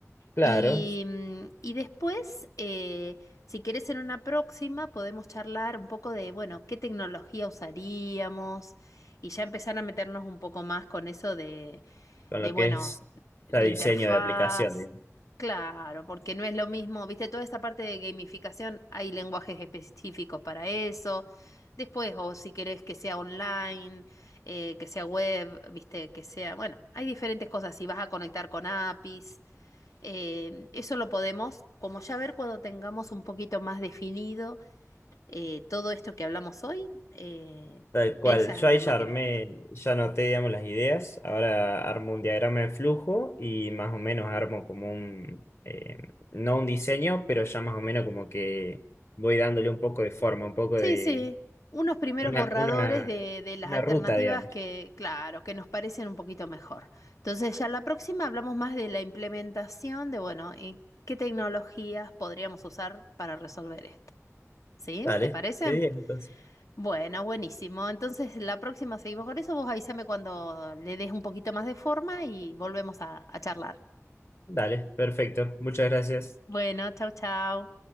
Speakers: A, on the left (about 55°); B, on the left (about 80°).
A: Claro,
B: Y, mm, y después, eh, si querés en una próxima, podemos charlar un poco de, bueno, qué tecnología usaríamos y ya empezar a meternos un poco más con eso de
A: con
B: de
A: lo
B: bueno,
A: que es
B: de
A: ya diseño
B: interfaz.
A: de aplicación, digamos.
B: Claro, porque no es lo mismo, viste, toda esta parte de gamificación, hay lenguajes específicos para eso. Después, o si querés que sea online, eh, que sea web, viste, que sea, bueno, hay diferentes cosas. Si vas a conectar con APIs, eh, eso lo podemos, como ya ver cuando tengamos un poquito más definido eh, todo esto que hablamos hoy, eh,
A: Tal cual.
B: ver esas
A: Yo
B: alternativas.
A: ahí ya armé, ya anoté, digamos, las ideas. Ahora armo un diagrama de flujo y más o menos armo como un, eh, no un diseño, pero ya más o menos como que voy dándole un poco de forma, un poco
B: Sí,
A: de
B: sí, unos primeros
A: una,
B: borradores
A: una,
B: de, de las
A: una
B: alternativas
A: ruta, digamos.
B: que, claro, que nos parecen un poquito mejor. Entonces, ya la próxima hablamos más de la implementación de, bueno, y qué tecnologías podríamos usar para resolver esto. ¿Sí?
A: Dale,
B: ¿Te parece?
A: de 10 entonces.
B: Bueno, buenísimo. Entonces, la próxima seguimos con eso. Vos avísame cuando le des un poquito más de forma y volvemos a, a charlar.
A: Dale, perfecto. Muchas gracias.
B: Bueno, chau, chau.